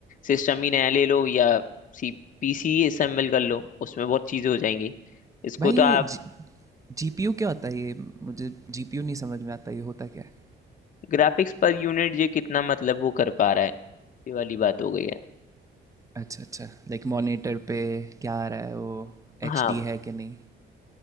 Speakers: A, on the left; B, on the right.
A: सिस्टम ही नया ले लो या सी पीसी असेंबल कर लो उसमें बहुत चीजें हो जाएंगी इसको
B: भाई
A: तो
B: ये
A: आप
B: जीपीयू क्यों आता है ये मुझे जीपीयू नहीं समझ में आता ये होता क्या है
A: ग्राफिक्स पर यूनिट ये कितना मतलब वो कर पा रहा है ये वाली बात हो गई है
B: अच्छा अच्छा लाइक मॉनिटर पे क्या आ रहा है वो एच
A: हाँ
B: है कि नहीं